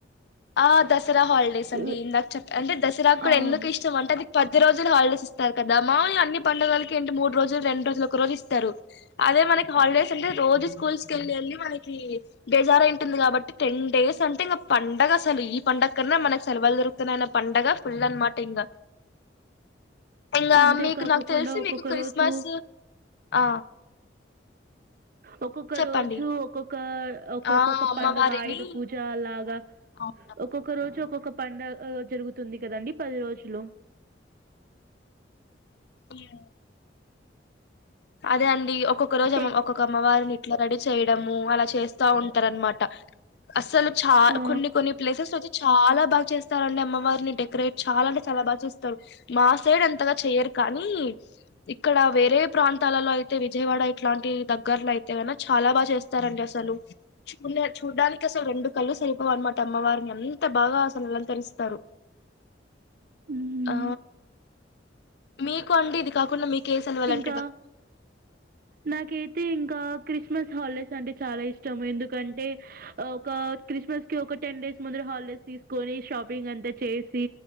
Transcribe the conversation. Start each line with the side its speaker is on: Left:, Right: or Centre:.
Left: ఆ దసరా హాలిడేస్ అండి,
Right: ఇవి
Left: ఇందాక చెప్ అంటే దసరా కూడా
Right: అవును
Left: ఎందుకు ఇష్టం అంటే అది పది రోజులు హాలిడేస్ ఇస్తారు కద, మాలుగా అన్ని పండుగలకి ఏంటి మూడ్రోజులు రెండు రోజుల కొ ఒక రోజు ఇస్తారు, అదే మనకి హాలిడేస్ వుంటే రోజు స్కూల్స్ కెళ్ళి ఎళ్ళి మనకి, బేజారయి వుంటుంది. కాబట్టి టెన్ డేస్ అంటే ఇంగ పండగస్ సరు ఈ పండ కన్నా మనకు సెలవలు దొరుకుతున్నాయన్న పండగ ఫుల్ అనమాట ఇంగ. ఇంగ
Right: అంతే
Left: మీకు
Right: కాకోకుండా
Left: నాకు తెలిసి
Right: ఒక్కొక్క
Left: మీకు క్రిస్మస్
Right: రోజు
Left: ఆ
Right: ఒక్కొక్క
Left: చెప్పండి
Right: రోజు ఒక్కొక్క, ఒక్కొక్కొక్క
Left: ఆ అమ్మవారిని
Right: పండుగ ఐదు పూజ అలాగా
Left: అవును
Right: ఒక్కొక్క రోజు ఒక్కొక్క పం పండగ అ జరుగుతుంది కదండి పది రోజులు.
Left: యా అదే అండి ఒక్ ఒక్కొక్క రోజేమో
Right: టెన్
Left: ఒక్కొక్క అమ్మవారిని ఇట్ల రెడీ చేయడము, అలా చేస్తా ఉంటారన్నమాట అసలు చా
Right: ఆ
Left: కొన్ని కొన్ని ప్లేసెస్ ఒచ్చి చాలా బాగా చేస్తారు అండి అమ్మవారిని డెకరేట్ చాలా అంటే చాలా బాగా చేస్తారు, మా సైడ్ అంతగా చెయరు కానీ ఇక్కడ వేరే ప్రాంతాలలో అయితే విజయవాడ ఇట్లాంటి దగ్గర్లో అయితే గిన చాలా బాగా చేస్తారండి అసలు. నె చూడ్డానికి అసలు రెండు కళ్ళు సరిపోవనమాట అమ్మవారిని, అంత బాగా అసలు అలంకరిస్తారు.
Right: హ్మ్.
Left: <inaudible> ఆ మీకు అండి ఇది కాకుండా మీకె సెలవలం
Right: కా నాకైతే ఇంకా క్రిస్మస్ హాలిడేస్ అంటే చాలా ఇష్టం, ఎందుకంటే ఒక క్రిస్మస్ కి ఒక టెన్ డేస్ ముందర హాలిడేస్ తీసుకొని షాపింగ్ అంతా చేసి